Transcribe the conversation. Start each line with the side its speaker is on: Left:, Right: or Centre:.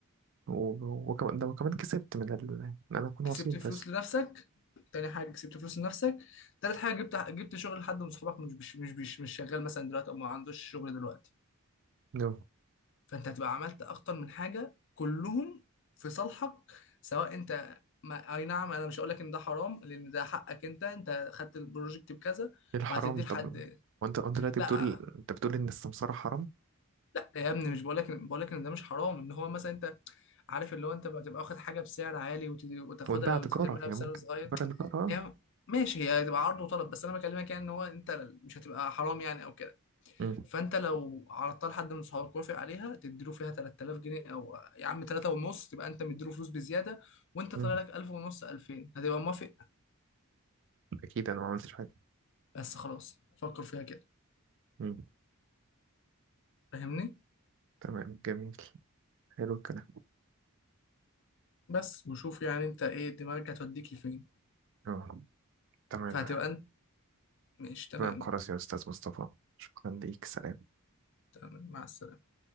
Right: و- وكمان ده وكمان كسبت من ال... ان انا اكون
Left: كسبت
Right: وسيط
Left: فلوس
Right: بس
Left: لنفسك تاني حاجه كسبت فلوس لنفسك تالت حاجه جبت جبت شغل لحد من صحابك مش مش مش مش مش شغال مثلا دلوقتي او ما عندوش شغل دلوقتي
Right: نو
Left: فانت هتبقى عملت اكتر من حاجه كلهم في صالحك سواء انت ما... اي نعم انا مش هقول لك ان ده حرام لان ده حقك انت انت خدت البروجكت بكذا
Right: الحرام
Left: وهتديه
Right: طب
Left: لحد
Right: وانت انت دلوقتي
Left: لا
Right: بتقول انت بتقول ان السمسارة حرام
Left: لا يا ابني مش بقولك بقولك ان ده مش حرام ان هو مثلا انت عارف اللي هو انت بتبقى واخد حاجه بسعر عالي وت- وتاخدها
Right: وتباع تجارة
Left: وتعملها
Right: هي
Left: بسعر
Right: ممكن
Left: صغير
Right: تباع تجارة اه
Left: هي ماشي هي هتبقى عرض وطلب بس انا بكلمك يعني ان هو انت مش هتبقى حرام يعني او كده
Right: مم.
Left: فانت لو عرضتها لحد من صحابك وافق عليها تديله فيها 3000 جنيه او يا عم 3 ونص تبقى انت مديله فلوس بزياده وانت
Right: مم.
Left: طالع لك 1000 ونص 2000 هتبقى موافق
Right: اكيد انا ما عملتش حاجة
Left: بس خلاص فكر فيها كده
Right: مم.
Left: فاهمني
Right: تمام جميل حلو الكلام
Left: بس وشوف يعني انت ايه دماغك هتوديك لفين
Right: آه، تمام
Left: فهتبقى انت ماشي تمام
Right: تمام خلاص يا أستاذ مصطفى شكرا ليك سلام
Left: تمام مع السلامه